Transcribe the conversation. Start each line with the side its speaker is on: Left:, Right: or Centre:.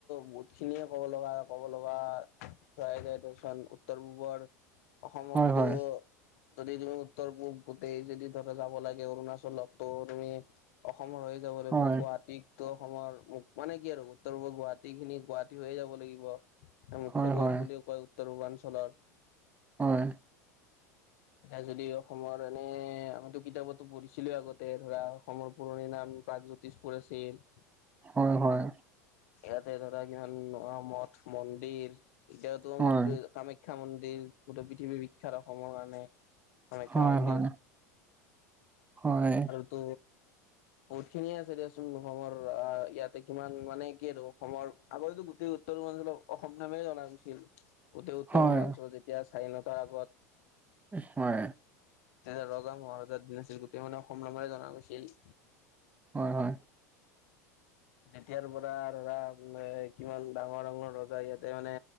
Left: বহুত খিনিয়ে ক'ব লগা ক'ব লগা <unintelligible> উত্তৰ পূবৰ। অসমকটো
Right: হয় হয়
Left: যদি তুমি উত্তৰ পূব গোটেই যদি ধৰা যাব লাগে, অৰুণাচলতটো তুমি অসমৰ হৈয়ে যাব লাগিব।
Right: হয়
Left: গুৱাহাটীতটো অসমৰ ম মানে কি আৰু উত্তৰ-পূবৰ গুৱাহাটীখিনি গুৱাহাটী হৈয়ে যাব লাগিব। মুখ্য
Right: হয়
Left: দুৱাৰ
Right: হয়
Left: বুলিও কয় উত্তৰ পূৰ্বাঞ্চলৰ।
Right: হয়
Left: এয়া যদি অসমৰ এনে আমিতো কিতাপতো পঢ়িছিলো আগতে ধৰা অসমৰ পুৰণি নাম প্ৰাগজ্যোতিষপুৰ আছিল।
Right: হয়, হয়।
Left: ইয়াতে ধৰা কিমান আ মঠ, মন্দিৰ এতিয়াতো
Right: হয়
Left: মাত্ৰ কাম মাখ্যা মন্দিৰ গোটেই পৃথিৱীৰ বিখ্যাত অসমৰ কাৰণে, কামাখ্যা
Right: হয়
Left: মন্দিৰ।
Right: হয় হয় হয়।
Left: ত বহুত খিনিয়ে আছে দিয়াচোন অসমৰ আহ ইয়াতে কিমান মানে কি আৰু অসমৰ আগতে গোটেই <unintelligible> অসম নামেৰে জনা গৈছিল গোটেই উত্তৰ
Right: হয় হয়
Left: পূৰ্বাঞ্চলত। যেতিয়া স্বাধীনতাৰ আগত
Right: হয়।
Left: তেনে ৰজা-মহাৰজাৰ দিন আছিল। গোটেই মানে অসম নামেৰেই জনা গৈছিল।
Right: হয়, হয়।
Left: এতিয়াৰ পৰা ধৰা, কিমান ডাঙৰ -ডাঙৰ ৰজা ইয়াতে, মানে